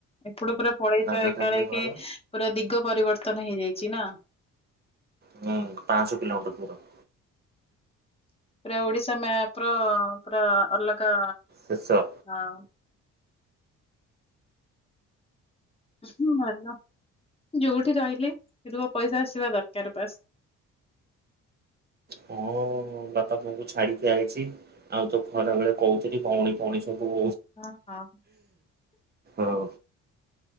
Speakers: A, on the left (about 20°); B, on the right (about 35°).
A: ଏପ ପୁର <unintelligible> ପଲେଇଚ
B: ରାଜଧାନୀ
A: ଏକାଳ
B: ଘର
A: କେ ପୁରା ଦିଗ ପରିବର୍ତ୍ତନ ହେଇଯାଇଛି ନା।
B: ହୁଁ ପାଆଁସଶହ କିଲୋମିଟର ଧୁର।
A: ପୁରା ଓଡିଶା ମାପ ର ପୁରା ଅଲଗା
B: ଦେଶ।
A: ହଁ। ହଁ ଭଲ ଯୋଉଠି ରହିଲି ସେଠ ପଇସା ଆସିବା ଦରକାର ବାସ୍।
B: ହଁ। <unintelligible> ବାପା ବୋଉ ଙ୍କୁ ଛାଡିକି ଆଇଛି ଆଉ ତ ଖରାବେଳେ କହୁଥିଲି ଭଉଣୀ ଭଉଣୀ ସବୁ
A: ହଁ ହଁ।
B: ହଉ।